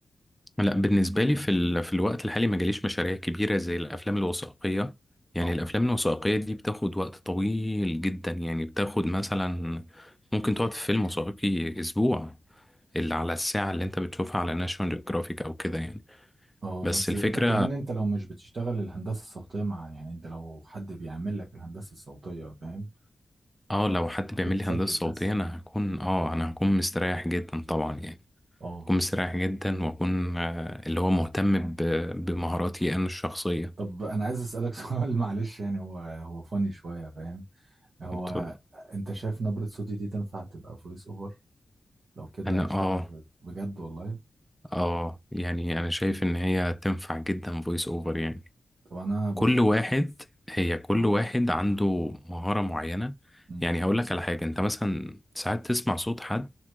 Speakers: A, in the centre; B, on the right (about 55°).
A: لا بالنسبه لي في ال... في الوقت الحالي ما جاليش مشاريع كبيره زي الافلام الوثائقيه يعني
B: اه
A: الافلام الوثائقيه دي بتاخد وقت طويل جدا يعني بتاخد مثلا ممكن تقعد في فيلم وثائقي اسبوع اللي على الساعة اللي انت بتشوفها على ناشونال جرافيك او كده يعني
B: اه
A: بس
B: بس
A: الفكرة
B: ده كمان انت لو مش بتشتغل الهندسة الصوتية مع يعني انت لو حد بيعمل لك الهندسة الصوتية فاهم
A: اه لو حد
B: لو
A: بيعمل
B: انت بتسجل
A: لي هندسة
B: بس
A: صوتية انا هكون اه انا هكون مستريح جدا طبعا يعني
B: اه
A: هكون مستريح جدا واكون آه اللي هو مهتم ب- بمهاراتي انا الشخصية
B: طب انا عايز اسألك <laughs> سؤال معلش يعني هو هو فاني شوية فاهم هو
A: انت-
B: انت شايف نبرة صوتي دي تنفع تبقى فويس اوفر لو كده
A: انا
B: اشتغل
A: اه
B: voice. بجد والله
A: اه يعني انا شايف ان هي تنفع جدا فويس اوفر يعني
B: طب انا بفكر
A: كل واحد هي كل
B: اه
A: واحد عنده مهارة معينة
B: مم.
A: يعني هقول لك على حاجة انت مثلا ساعات تسمع صوت حد